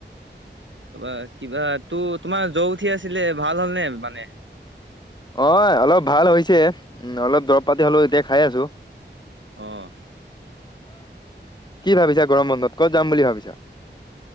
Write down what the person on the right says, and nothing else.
ত কিবা ত তোমাৰ জ্বৰ উঠি আছিলে ভাল হলনে মানে।
অঁ।